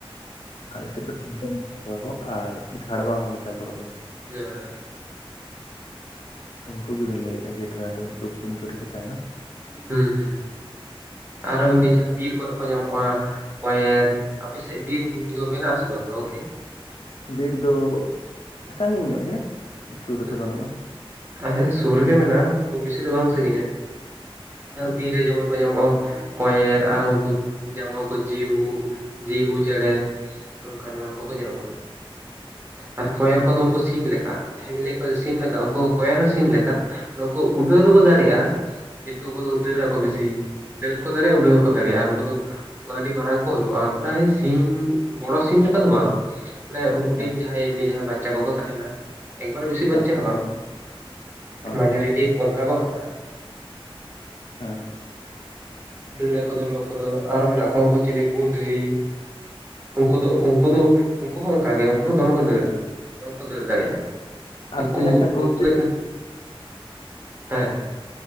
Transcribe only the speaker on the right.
ᱦᱮᱸ᱾
ᱦᱮᱸ ᱦᱩᱸ, ᱟᱨᱚ ᱮᱢᱱᱤ ᱡᱟᱦᱟᱸ ᱵᱤᱨ ᱠᱚᱨᱮ ᱠᱚ ᱧᱟᱢᱚᱜᱼᱟ ᱠᱚᱭᱮᱨ ᱟᱯᱮᱥᱮᱫ ᱵᱤᱨ ᱫᱚ ᱢᱮᱱᱟᱜ ᱟᱥᱮ ᱵᱟᱹᱱᱩᱜᱼᱟ, ᱜᱚᱢᱠᱮ?
ᱦᱩᱸ
ᱟᱞᱮ ᱫᱚ ᱥᱩᱨ ᱨᱮᱜᱮ ᱢᱮᱱᱟᱜᱼᱟ, ᱠᱷᱩᱵᱽ ᱵᱮᱥᱤ ᱫᱚ ᱵᱟᱝ ᱥᱟᱺᱜᱤᱧᱟ᱾ ᱵᱤᱨ ᱨᱮ ᱡᱮᱢᱚᱱ ᱠᱚ ᱧᱟᱢᱚᱜᱼᱟ, ᱠᱚᱭᱮᱨ ᱟᱨᱚ ᱩᱱᱠᱩ ᱧᱟᱢᱚᱜᱼᱟ᱾ ᱡᱤᱦᱩ, ᱡᱤᱦᱩ ᱪᱮᱸᱬᱮ ᱚᱱᱠᱟᱱ ᱮᱢᱟᱱ ᱠᱚᱠᱚ ᱧᱟᱢᱚᱜᱼᱟ᱾ ᱟᱨ ᱠᱚᱭᱮᱨ ᱠᱚᱫᱚ ᱩᱱᱠᱩ ᱥᱤᱢ ᱞᱮᱠᱟ ᱡᱟᱦᱟᱸᱭ ᱵᱮᱱ ᱞᱟᱹᱭᱮᱫ ᱠᱚᱣᱟ ᱥᱤᱢ ᱞᱮᱠᱟ ᱩᱱᱠᱩ ᱠᱚᱭᱮᱨ ᱦᱚᱸ ᱥᱤᱢ ᱞᱮᱠᱟ᱾ ᱱᱩᱠᱩ ᱩᱰᱷᱟᱹᱣ ᱫᱚᱠᱚ ᱫᱟᱲᱮᱭᱟᱜᱼᱟ᱾ ᱠᱤᱱᱛᱩ ᱩᱱᱠᱩ ᱫᱚᱠᱚ ᱫᱟᱹᱲᱟ ᱠᱚ ᱵᱮᱥᱤ ᱫᱟᱹᱲ ᱦᱚᱸᱠᱚ ᱫᱟᱲᱮᱭᱟᱜᱼᱟ, ᱩᱰᱟᱹ ᱦᱚᱸᱠᱚ ᱫᱟᱲᱮᱭᱟᱜᱼᱟ ᱟᱨ ᱩᱱᱠᱩ ᱫᱚ ᱟᱹᱰᱤ ᱢᱟᱨᱟᱝ ᱠᱚ ᱦᱳᱜᱼᱟ, ᱯᱨᱟᱭ ᱥᱤᱢ ᱵᱚᱲᱚ ᱥᱤᱢ ᱞᱮᱠᱟ ᱫᱚ ᱵᱟᱝ? ᱢᱟᱱᱮ ᱦᱩᱰᱤᱧ
ᱡᱟᱦᱟᱸᱭ ᱮᱢᱱᱤ ᱡᱟᱦᱟᱸᱭ ᱵᱟᱪᱪᱟ ᱠᱚᱠᱚ ᱛᱟᱦᱮᱱᱟ, ᱮᱠᱵᱟᱨᱮ ᱵᱤᱥᱤ ᱵᱟᱪᱪᱟ
ᱦᱚᱸ ᱵᱟᱝ᱾
ᱢᱟᱡᱟᱨᱤᱴᱤᱵ ᱚᱱᱠᱟ ᱠᱚ ᱦᱟᱨᱟᱜᱼᱟ᱾
ᱫᱟᱹᱲᱟ ᱠᱚ ᱫᱚᱢᱮ ᱩᱱᱠᱩ ᱫᱚ ᱟᱨᱚ ᱢᱮᱱᱟᱜ ᱠᱚᱣᱟ ᱩᱱᱠᱩ ᱪᱮᱞᱮ ᱜᱩᱸᱰᱨᱤ ᱩᱱᱠᱩ ᱫᱚ ᱩᱱᱠᱩ ᱫᱚ ᱩᱱᱠᱩ ᱦᱚᱸ ᱚᱱᱠᱟ ᱜᱮ ᱩᱱᱠᱩ ᱦᱚᱸ ᱫᱚᱢᱮ ᱠᱚ ᱫᱟᱹᱲᱟ ᱫᱚᱢᱮ ᱠᱚ ᱫᱟᱹᱲ ᱫᱟᱲᱮᱭᱟᱜᱼᱟ᱾
ᱩᱱᱠᱩ
ᱩᱱᱠᱩ ᱫᱮᱡ ᱠᱟᱱᱟ ᱦᱮᱸ᱾